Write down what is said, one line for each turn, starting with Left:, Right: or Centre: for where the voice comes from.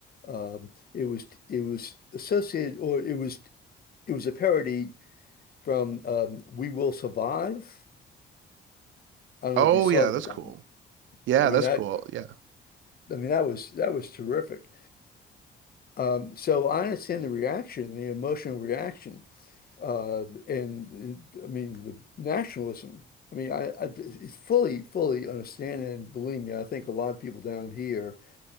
Left: um, it was it was associated or it was it was a parody from um, We Will Survive. I don't
Right: Oh
Left: know if you saw
Right: yeah,
Left: that
Right: that's
Left: one.
Right: cool. Yeah,
Left: I mean
Right: that's
Left: that
Right: cool. Yeah.
Left: I mean that was that was terrific. Um, so I understand the reaction, the emotional reaction, uh, and I mean the nationalism. I mean I, I fully fully understand and believe me, I think a lot of people down here